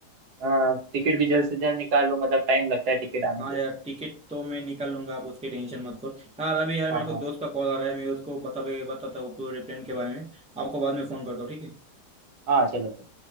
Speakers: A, on the right; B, in the centre.
A: हाँ टिकट भी जल्द से जल्द निकाल लो मतलब टाइम लगता है टिकट आने
B: हाँ
A: को
B: यार टिकट तो मैं निकाल लूंगा आप उसकी टेंशन मत करो यार अभी यार
A: हाँ
B: मेरे को
A: हाँ
B: दोस्त का कॉल आ रहा है मैं उसको बता बताता हूँ पूरे प्लान के बारे में आपको बाद में फोन करता हूँ ठीक है
A: हाँ चलो चलो